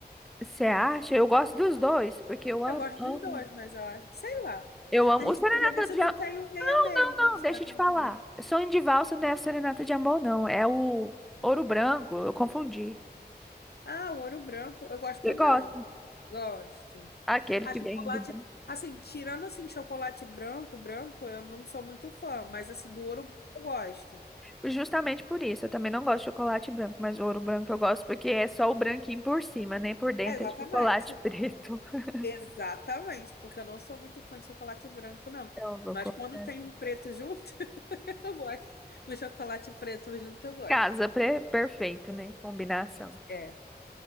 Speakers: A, in the centre; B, on the left.
A: você acha? Eu gosto dos dois, porque eu amo,
B: Eu gosto
A: amo.
B: dos dois, mas eu acho, sei lá.
A: Eu amo.
B: A gente
A: O serenata
B: podia ver se
A: de
B: não
A: amor.
B: tem um meia
A: Não,
B: meio.
A: não, não,
B: Será
A: deixa
B: que
A: eu te
B: não
A: falar.
B: tem?
A: Sonho de valsa não é o serenata de amor, não. É o ouro branco. Eu confundi.
B: Ah, o ouro branco, eu gosto
A: Você
B: também.
A: gosta?
B: Gosto.
A: Aquele
B: A
A: que
B: chocolate,
A: vem do branco.
B: assim, tirando assim chocolate branco, branco, eu não sou muito fã, mas assim do ouro branco eu gosto.
A: Justamente por isso, eu também não gosto de chocolate branco, mas o ouro branco eu gosto porque é só o branquinho por cima, né? Por dentro
B: É, exatamente.
A: é chocolate preto. <laughs>
B: Exatamente, porque eu não sou muito fã de chocolate branco, não.
A: Então, eu vou
B: Mas
A: colocar.
B: quando tem um preto junto, <laughs> eu gosto. No chocolate preto junto, eu gosto.
A: Casa pre- perfeito, né? Combinação.
B: É,